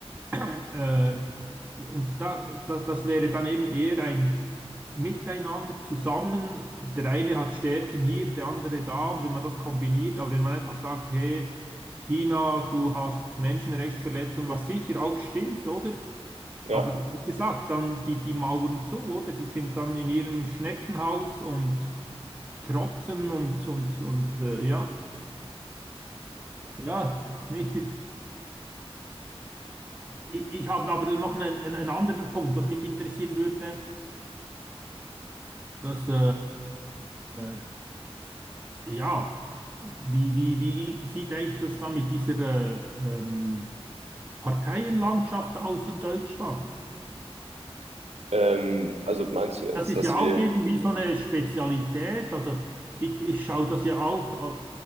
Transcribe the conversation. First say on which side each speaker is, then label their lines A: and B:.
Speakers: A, on the right; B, on the right.
A: äh, und da, das, das wäre dann eben eher ein Miteinander zusammen. Der eine hat Stärken hier, der andere da, und wenn man das kombiniert, aber wenn man einfach sagt, hey, China, du hast Menschenrechtsverletzungen, was sicher auch stimmt, oder?
B: ja.
A: Aber wie gesagt, dann die, die Mauern zu, oder? Die sind dann in ihrem Schneckenhaus und trotzen und, und, und äh, ja. Ja, <laughs> nee, ich, ich habe aber noch einen, einen einen anderen Punkt, was mich interessieren würde, dass, äh, äh, ja, wie, wie, wie sieht eigentlich das da mit dieser äh, ähm, Parteienlandschaft aus in Deutschland?
B: Ähm, also meinst du jetzt,
A: Das ist
B: dass
A: ja
B: wir,
A: auch irgendwie so eine Spezialität. Also ich, ich schaue das ja auch,